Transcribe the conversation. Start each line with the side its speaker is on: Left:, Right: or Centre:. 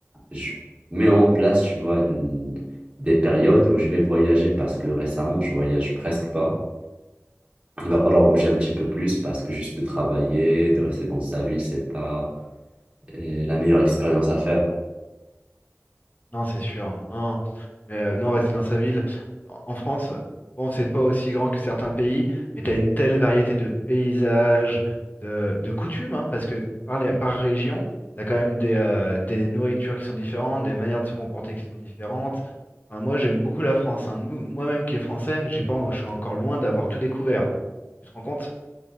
Right: je mets en place, tu vois, l- des périodes où je vais voyager parce que récemment, je voyage presque pas. Il va falloir bouger un petit peu plus parce que juste de travailler, de rester dans sa ville, c'est pas euh, la meilleure expérience à faire.
Left: Non, c'est sûr. Non, mais euh, non, rester dans sa ville. En en France, bon, c'est pas aussi grand que certains pays, mais tu as une telle variété de paysages, de, de coutumes, hein, parce que par, les- par région, tu as quand même des, euh, des nourritures qui sont différentes, des manières de se comporter qui sont différentes. Enfin, moi, j'aime beaucoup la France. hein. Nous, moi-même qui est français, j'ai pas, je suis encore loin d'avoir tout découvert. Tu te rends compte?